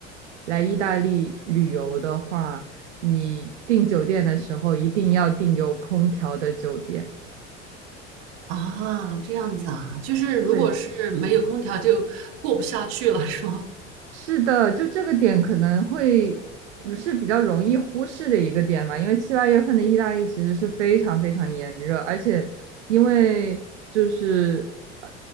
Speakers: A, on the right; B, on the right.
A: 来意大利旅游的话，你订酒店的时候一定要订有空调的酒店。
B: 啊，这样子啊，就是如果是没有空调就过不下去了，
A: 对。
B: <laughs> 是吗？
A: 是的，就这个点可能会是比较容易忽视的一个点吧，因为七八月份的意大利其实是非常非常炎热，而且因为就是呃